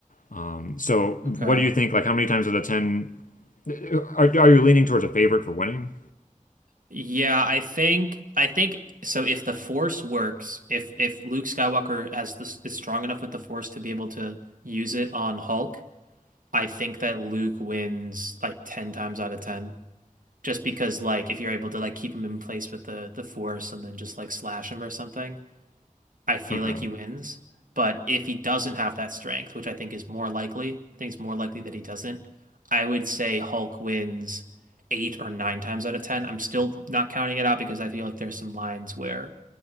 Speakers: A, on the left; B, on the right.
A: Um, so
B: Okay.
A: what do you think? Like how many times out of ten uh, are are you leaning towards a favorite for winning?
B: Yeah, I think I think so if the Force works, if if Luke Skywalker has this is strong enough with the Force to be able to use it on Hulk, I think that Luke wins like 10 times out of 10. just because like if you're able to like keep him in place with the the force and then just like slash him or something, I feel
A: Okay.
B: like he wins. But if he doesn't have that strength, which I think is more likely, I think it's more likely that he doesn't. I would say Hulk wins eight or nine times out of ten. I'm still not counting it out because I feel like there's some lines where